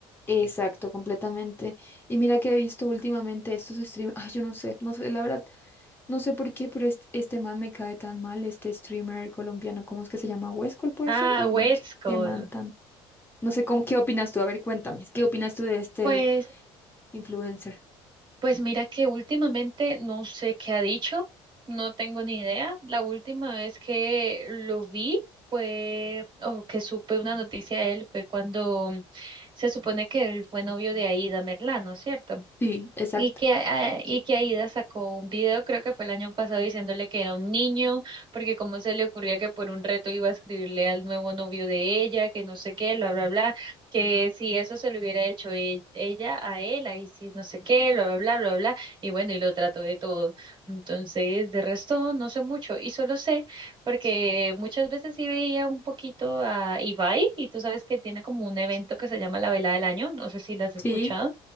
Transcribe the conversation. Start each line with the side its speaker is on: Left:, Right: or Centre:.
Left: Exacto, completamente. Y mira que he visto últimamente estos streamers, ay, yo no sé, no sé, la verdad, no sé por qué, pero este, este man me cae tan mal, este streamer colombiano, ¿cómo es que se llama? ¿Huescol puede
Right: Ah,
Left: ser? Uy,
Right: wet
Left: no, qué,
Right: Skull.
Left: qué man tan. No sé, ¿cómo, qué opinas tú? A ver, cuéntame, ¿qué opinas tú de este
Right: Pues
Left: influencer?
Right: Pues mira que últimamente no sé qué ha dicho, no tengo ni idea. La última vez que lo vi fue, o que supe una noticia de él, fue cuando se supone que él fue novio de Aida Merlano, ¿cierto?
Left: Sí, exacto.
Right: Y que, ah, y que Aida sacó un video, creo que fue el año pasado, diciéndole que era un niño, porque cómo se le ocurría que por un reto iba a escribirle al nuevo novio de ella, que no sé qué, bla, bla, bla, que si eso se lo hubiera hecho e- ella a él, ahí sí, no sé qué, bla, bla, bla, bla, bla, y bueno, y lo trató de todo. Entonces, de resto, no sé mucho, y solo sé, porque muchas veces sí veía un poquito a Ibai, y tú sabes que tiene como un evento que se llama La Vela del Año, no sé si la has
Left: Sí,
Right: escuchado